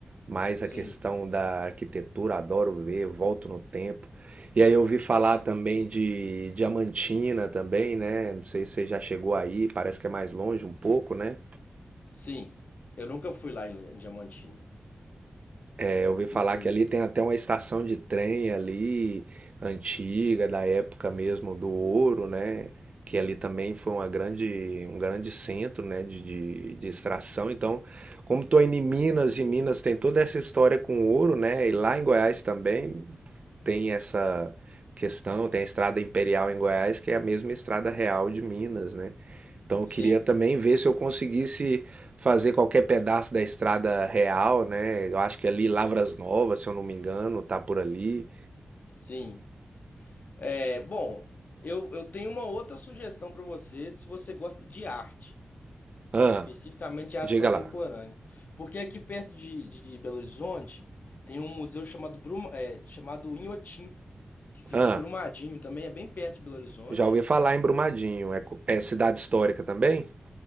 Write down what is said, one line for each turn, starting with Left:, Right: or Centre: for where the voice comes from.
Right: mais
Left: Sim,
Right: a questão da arquitetura, adoro ver, volto no tempo. E aí eu ouvi falar também de Diamantina também, né? Não sei se você já chegou aí, parece que é mais longe um pouco, né?
Left: sim. Eu nunca fui lá em em Diamantina.
Right: É, eu ouvi falar
Left: Não conheço.
Right: que ali tem até uma estação de trem ali, antiga, da época mesmo do ouro, né? Que ali também foi uma grande, um grande centro, né? De, de, de extração. Então, como estou indo em Minas e Minas tem toda essa história com ouro, né? E lá em Goiás também, tem essa questão, tem a Estrada Imperial em Goiás, que é a mesma Estrada Real de Minas, né? Então eu
Left: Sim,
Right: queria também ver se eu conseguisse fazer qualquer pedaço da Estrada Real, né? Eu acho que é ali Lavras Novas, se eu não me engano, tá por ali.
Left: sim. É, bom, eu, eu tenho uma outra sugestão para você, se você gosta de arte,
Right: Ah,
Left: especificamente de arte
Right: diga
Left: contemporânea.
Right: lá.
Left: Porque aqui perto de, de Belo Horizonte tem um museu chamado, Bruma, é, chamado Inhotim, que fica
Right: Ah,
Left: em Brumadinho, também é bem perto de Belo Horizonte.
Right: já ouvi falar em Brumadinho. É, co- é cidade histórica também?